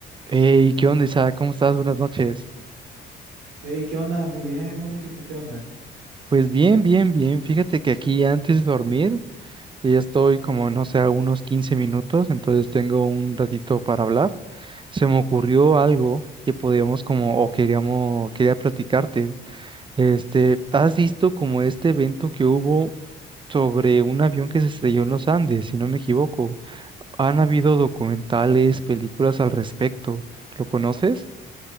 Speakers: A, on the right; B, on the right.
A: Hey, ¿qué onda, Isaac? ¿Cómo estás? Buenas noches.
B: Hey, ¿qué onda? Muy bien, Mauricio, ¿y tú qué onda?
A: Pues bien, bien, bien. Fíjate que aquí antes de dormir ya estoy como, no sé, a unos 15 minutos, entonces tengo un ratito para hablar. Se me ocurrió algo que podíamos como, o queríamos, quería platicarte. Este, ¿has visto como este evento que hubo sobre un avión que se estrelló en los Andes, si no me equivoco? Han habido documentales, películas al respecto. ¿Lo conoces?